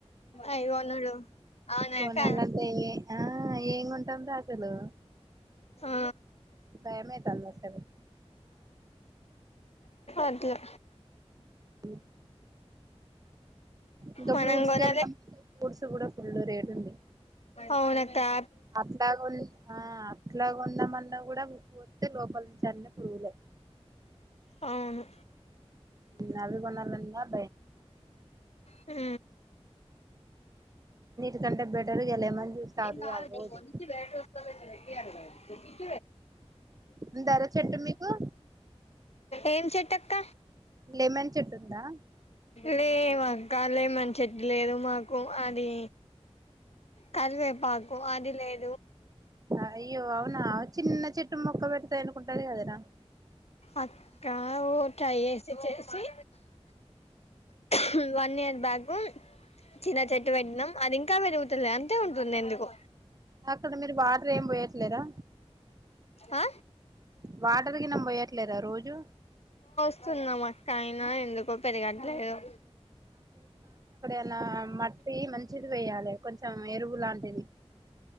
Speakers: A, on the left; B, on the right.
A: అయ్యో నుడు అవునాక
B: కొనాలంటే ఆ ఏం కొంటామ్ ర అసలు
A: ఆ
B: భయమైతాంది అసలు
A: అట్ల
B: <unintelligible> ఇదో
A: మనం
B: ఫ్రూట్స్
A: కొనాలే
B: కెల్లమ్, ఫుట్స్ కూడా ఫుల్లు రే తుంది.
A: అవునత్తా
B: అట్లాగున్ అ అట్లాగున్న మన్ న్న కూడమ్ వత్తె లోపలి నుంచి అన్ని పురుగులే
A: అవును
B: నవి కొన్నలన్నర్
A: హు
B: న్నిటికంటే బెటర్ ఇగ లెమన్ జ్యూస్ తాగుతే
A: ఏం కాదు
B: చాలు
A: లే
B: రోజు
A: మంచి రేటు వస్సాదిలే అ
B: ఉందారా చెట్టు మీకు
A: ఏం చెట్టు అక్క
B: లెమన్ చెట్టు ఉందా
A: లె ఏం అక్క లెమన్ చెట్ట్ లేదు మాకు అది కరివేపాకు అది లేదు.
B: అయ్యో అవునా చిన్న చెట్టు మొక్క పెడతయ్ అనుకుం డదే కదరా
A: అక్కా ఓ ట్రై ఏసి చేసి హు వన్ ఇయర్ బ్యాకు చిన్న చెట్టు పెట్ట్నం, అది ఇంకా పెరుగుతలే అంతే ఉంటుంది ఎందుకు
B: అక్కడ మీరు వాటర్ ఏమి పోయట్లేరా.
A: ఆ
B: వాటర్ గినం బొయె ట్లేదా రోజు
A: స్తున్నాం అక్క అయినా ఎందుకో పెరగట్లేదు
B: న్న మట్టి మంచిది వేయ్యలె కొంచెం ఎరువు లాంటిది